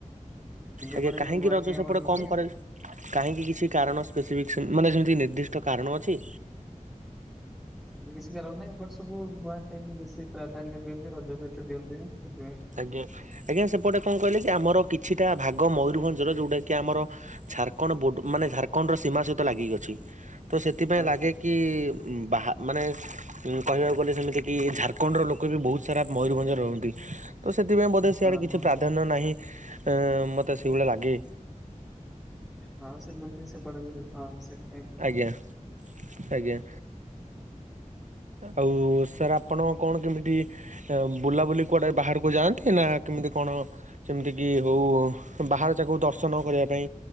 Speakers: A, in the centre; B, on the right.
A: କିନ୍ତୁ ଏପଟେ
B: ଆଜ୍ଞା
A: ଯୋଉ
B: କାହିଁକି
A: ନୂଆଖାଇ
B: ରଜ
A: ଆମର
B: ସେପଟେ
A: ଯୋଉ
B: କମ୍
A: ହୁଏ
B: କରେ। କାହିଁକି କିଛି କାରଣ ସ୍ପେସିଫିକ ମାନେ ସେମିତି ନିର୍ଦ୍ଦିଷ୍ଟ କାରଣ ଅଛି।
A: ସେମିତି କିଛି କାରଣ ନାହିଁ। ଏପଟ ସବୁ ନୂଆ ଖାଇକି ବେଶୀ ପ୍ରାଧାନ୍ୟ ଦିଅନ୍ତି। ରଜକୁ ଏତେ ଦିଅନ୍ତି ନାହିଁ ସେଥିପାଇଁ
B: ଆଜ୍ଞା ଆଜ୍ଞା ସେପଟେ କଣ କହିଲେ କି ଆମର କିଛିଟା ଭାଗ ମୟୁରୁଭଞ୍ଜର ଯୋଉଟା କି ଆମର ଝାରଖଣ୍ଡ ମାନେ ଝାରଖଣ୍ଡ ର ସୀମା ସହିତ ଲାଗିିକି ଅଛି ତ ସେଥିପାଇଁ
A: ହଁ।
B: ଲାଗେ କି ବା ମାନେ କହିବାକୁ ଗଲେ ସେମିତିକି ଝାଡ଼ଖଣ୍ଡର ଲୋକ ବି ବହୁତ ସାରା ମୟୂରୁଭଞ୍ଜ ରହନ୍ତି। ତ ସେଥିପାଇଁ ବୋଧେ ସେଆଡେ
A: ହଁ
B: କିଛି
A: କୁହନ୍ତୁ
B: ପ୍ରାଧାନ୍ୟ ନାହିଁ। ଅ ମତେ ସେଇଭଳିଆ ଲାଗେ।
A: ହଁ ସେମିତି ସେପଟେ <unintelligible> ହଁ ସେ
B: ଆଜ୍ଞା ଆଜ୍ଞା। ଆଉ ସାର୍ ଆପଣ କଣ କେମିତି ବୁଲାବୁଲି କୁଆଡେ ବାହାରକୁ ଯାଆନ୍ତି ନା କେମିତି କଣ ଯେମିତିକି ହଉ ବାହାର ଯାକୁ ଦର୍ଶନ କରିବା ପାଇଁ